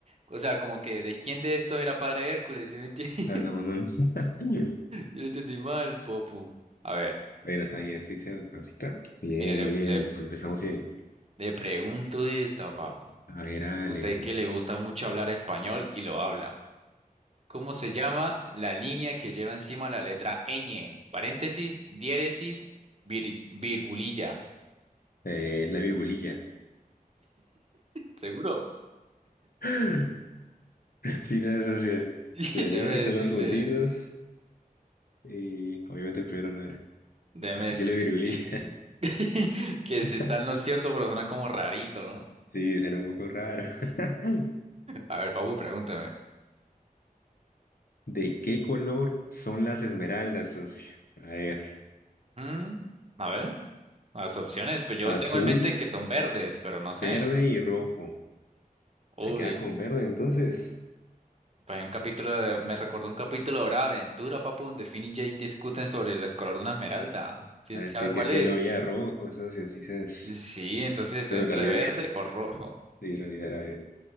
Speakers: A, on the right; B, on the left.
A: O sea, como que, ¿de quién de estos era padre Hércules? <laughs> ¿Sí me entiendes? <laughs>
B: Ah, no, no, no. <laughs>
A: Yo lo entendí mal, papu. A ver,
B: Pero está bien, sí se ahorita. Bien,
A: mire, le,
B: bien.
A: le,
B: Empezamos bien.
A: le pregunto esto, papu.
B: A ver, hágale.
A: Usted
B: que-
A: que le gusta mucho hablar español y lo habla. ¿Cómo se llama la línea que lleva encima la letra ñ? Paréntesis, diéresis, vir- virgulilla.
B: eh, la virgulilla.
A: ¿Seguro?
B: <gasps> <laughs> Sí, se asocia.
A: <laughs>
B: La diéresis
A: Déjeme decirle,
B: son los puntitos. Y obviamente el primero no era.
A: déjeme
B: Es que
A: decirle
B: sí, la virgulilla.
A: que, <laughs> que
B: <laughs>
A: si está en lo cierto, pero suena como rarito, ¿no?
B: Sí, suena un poco raro. <laughs>
A: A ver, Papu, pregúntame.
B: ¿De qué color son las esmeraldas, socio? A ver,
A: Mm, a ver, las opciones, pues yo
B: azul,
A: tengo en mente que son verdes, pero no sé.
B: verde y rojo.
A: Uy,
B: ¿Se queda con verde entonces?
A: pues hay un capítulo de- me recordó un capítulo de Hora de Aventura, Papu, donde Finn y Jake discuten sobre el color de una esmeralda. ¿Sí
B: Así
A: sabe cuál
B: que fin
A: es?
B: lo veía rojo, socio, sí sabes.
A: Sí, entonces estoy
B: Pero
A: entre
B: en realidad
A: verde
B: era,
A: o rojo.
B: <laughs> sí, en realidad era